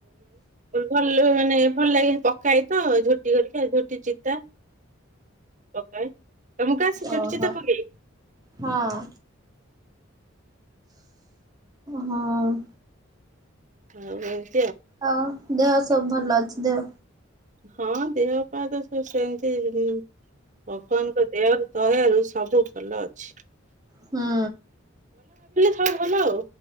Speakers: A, on the right; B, on the right.
A: ଭଲ ମାନେ ଭଲ ଲାଗେ ପକା ହେ ତ ଝୋଟି କରିକି ଝୋଟି ଚିତା ପକାଏ। ତମକୁ ସେ
B: ଓହୋ।
A: ଝୁଟି ଚିତା ପକେଇ
B: ହଁ ହଁ।
A: ଆଉ ହୋଉ
B: ହଉ ଦେହ ସବୁ ଭଲ ଅଛି ଦେହ
A: ହଁ ଦେହ ପା ତ ସେ ସେମତି ଭଗବାନଙ୍କ ଦେହ ଦୟାରୁ ସବୁ ଭଲ ଅଛି।
B: ହୁଁ।
A: ହ ଭଲ ଆଉ।